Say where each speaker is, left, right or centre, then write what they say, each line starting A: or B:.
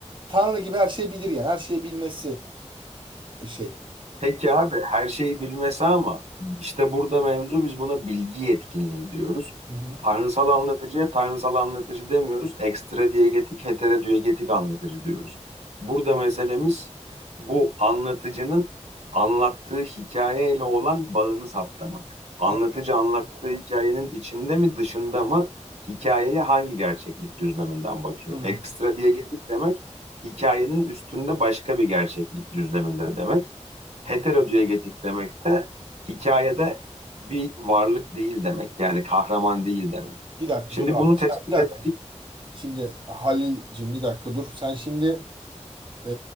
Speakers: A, on the right; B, on the right.
A: Tanrı gibi her şeyi bilir yani. Her şeyi bilmesi şey.
B: Peki abi her şeyi bilmesi ama işte burada mevzu biz buna bilgi yetkinliği diyoruz.
A: Hı hı.
B: Tanrısal anlatıcıya tanrısal anlatıcı demiyoruz. Ekstra diyegetik, heterodiyegetik anlatıcı diyoruz. Burada meselemiz bu anlatıcının anlattığı hikayeyle olan bağını saptamak. Anlatıcı
A: Hı
B: anlattığı hikayenin içinde mi dışında mı hikayeye hangi gerçeklik düzleminden bakıyor?
A: hı.
B: Ekstra diyegetik demek hikayenin üstünde başka bir gerçeklik düzleminde demek. Heterodiyegetik demek de hikayede bir varlık değil demek. Yani kahraman değil demek.
A: Bir dakika
B: Şimdi
A: dur abi.
B: bunu tespit
A: Sen- Bir dakika.
B: ettik.
A: Şimdi Halil'cim bir dakika dur. Sen şimdi Ee,